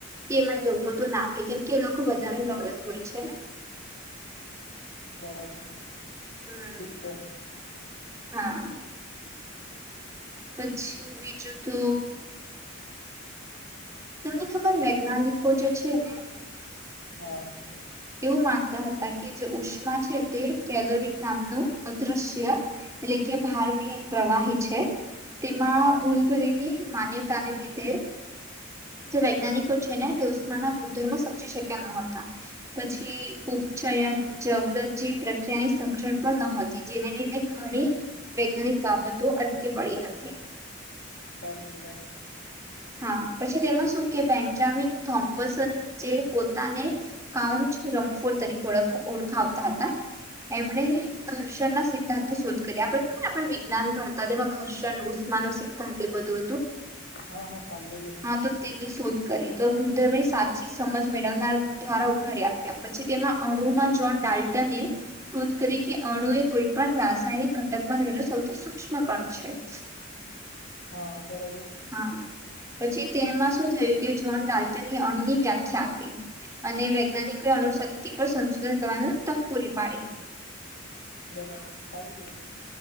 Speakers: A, on the right (about 15°); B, on the left (about 60°).
A: કે એને ર તો ના આપે કેમ કે એ લોકો વધારે લડલ હોય છેને
B: બરાબર,
A: હમ
B: ઠીક છે.
A: હા પછી બીજું તો તમને ખબર વૈજ્ઞાનિકો જે છે ને
B: હા
A: એવું માનતા હતા કે જે ઉષ્મા છે તે કેલોરિક નામનું અદૃશ્ય એટલે કે ભાર વિહીન પ્રવાહી છે તેમાં
B: હા,
A: ભૂલ ભરીલી માન્ય તાને લીધે જે વૈજ્ઞાનિકો છે ને તે ઉષમાના ગુણધર્મો સમજી શક્યા નત પછી ઉપચયન જવલન જેવી પ્રક્રિયાની સમજણ પણ નહોતી જેને લીધે ઘણી વૈજ્ઞાનિક બાબતો અટકી પડી હતી
B: સારું કેવાય
A: હા પછી તેમાં શું કે બેન્જામિન થોમ્પસન જે પોતાને કાઉચ રમફોર તરીકે ઓખ ઓળખાવતા હતા એમણે ઘર્ષણ ના સિદ્ધાંત શોધ કરીએ આપણે ખબરને આપણે વિજ્ઞાન પણ હતા તેમાં ઘર્ષણ ઉષ્માનુંુ સિદ્ધાંત એ બધું હતું <inaudible>
B: હા હા સાંભળેલું
A: હા તો તેની શોધ કરી તો ગુંદર્બ સાચી સમજ મેળવનાર દ્વારા ઉઘાડ્યા ત્યાર પછી તેમાં અણુમાં જોન ડાલ્ટને શોધ કરી કે અણુ એ કોઈ પણ રાસાયણિક ઘટકમાં રહેલો સૌથી સૂક્ષ્મ કણ છે <inaudible>
B: હા બરાબર
A: હા પછી તેમાં શું થયું કે જો્હન ડાલ્ટનની અણની વ્યાખ્યા આપી અને વૈજ્ઞાનિકોએ અણુશક્તિ પર સંશોધન કરવાની તક પૂરી પાડી
B: બરાબર સારું કેવાય